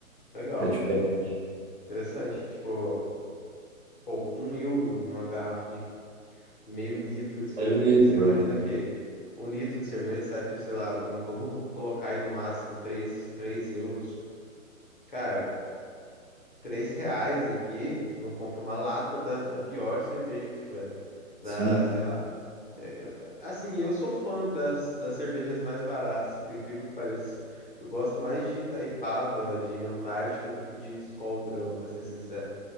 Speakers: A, on the left; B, on the right.
A: Legal,
B: É
A: cara.
B: diferente.
A: Interessante. Tipo, pô, um euro numa garrafa de meio litro de cerveja.
B: Meio litro,
A: Você imagina
B: né?
A: que um litro de cerveja sai por, sei lá, vam- vamos colocar aí no máximo 3, três euros. Cara, 3 reais aqui, tu não compra uma lata da, da pior cerveja que tiver, cara. Da,
B: sim.
A: sei lá. é, é, Assim, eu sou fã das, das cervejas mais baratas, por incrível que pareça. Eu gosto mais de Itaipava, de Antártica, do que de Skol e Brahma, pra ser sincero.